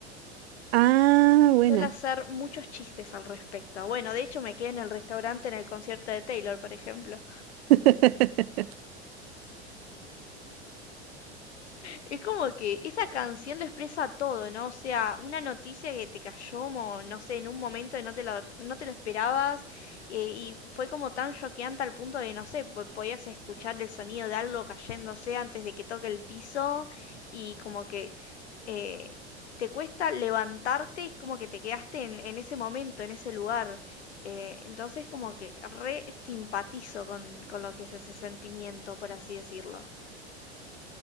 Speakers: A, on the right; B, on the left.
A: Ah, buena.
B: suele hacer muchos chistes al respecto. Bueno, de hecho me quedé en el restaurante en el concierto de Taylor, por ejemplo.
A: <laughs>
B: Es como que esa canción lo expresa todo, ¿no? O sea, una noticia que te cayó, mo- no sé, en un momento que no te lo, no te lo esperabas eh, y fue como tan choqueante al punto de, no sé, po- podías escuchar el sonido de algo cayéndose antes de que toque el piso y como que eh, te cuesta levantarte, es como que te quedaste en, en ese momento, en ese lugar. Eh, entonces como que re simpatizo con, con lo que es ese sentimiento, por así decirlo.